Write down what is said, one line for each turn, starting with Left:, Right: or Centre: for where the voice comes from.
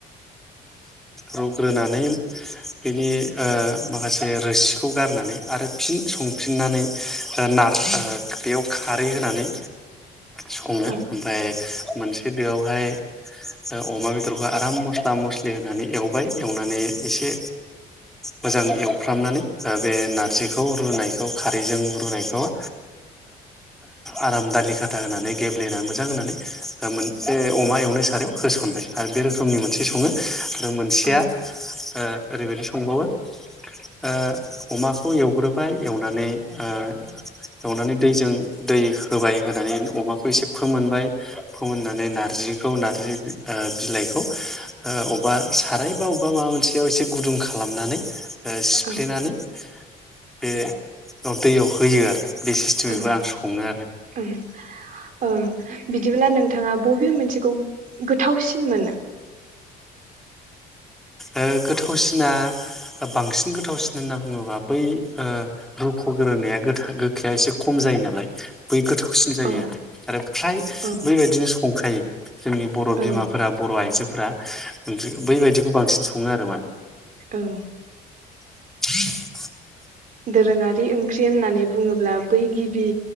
Centre: रुग्रोनानै बेनि अ माखासे रोसिखौ गारनानै आरो फिन संफिननानै अ नार बेयाव खारै होनानै सङो ओमफ्राय
Right: औ
Centre: मोनसे दोआवहाय अ अमा बेदरखौ आराम स्ला मस्लि होनानै एवबाय एवनानै एसे मोजां एवफ्रामनानै अ बे नारजिखौ रुनायखौ खारैजों रुनायखौ ओ आराम दालि खाथा होनानै गेब्लेहानै मोजां होनानै अ मोनसे अमा एवनाय सारायाव होसनबाय आरो बे रोखोमनि मोन से सङो आरो मोनसेया
Right: औ
Centre: ओ ओरैबायदि संबावो ओ अमाखौ एवग्रोबाय एवनानै ओ एवनानै दैजों दै होबाय होनानै अमाखौ एसे फोमोनबाय फोमोननानै नार्जिखौ नार्जि अ बिलाइखौ ओ अबेबा साराय अबेबा अबेबा माबा मोनसेयाव एसे गुदुं खालामनानै ओ सिफ्लेनानै
Right: औ
Centre: बे दैयाव होयो आरो। बे सिस्टेमैबो
Right: औ
Centre: आं सङो आरो
Right: औ ओ बिदिब्ला नोंथाङा बबे मोनसेखौ गोथावसिन मोनो।
Centre: ओ गोथावसिना बांसिन गोथावसिन होनना बुङोबा बै ओ रुफोग्रोनाया गो गोखाया एसे खम जायो नालाय बै गोथाव। सिन जायो
Right: औ
Centre: आरो आरो फ्राय
Right: औ
Centre: बैबायदिनो संखायो जोंनि बर'
Right: औ
Centre: बिमाफोरा बर' आइजो। फोरा <inaudible> ओंख्रि बैबायदिखौ बांसिन सङो आरो माने
Right: ओं
Centre: <unintelligible>
Right: दोरोङारि ओंख्रि होननानै बुङोब्ला बै गिबि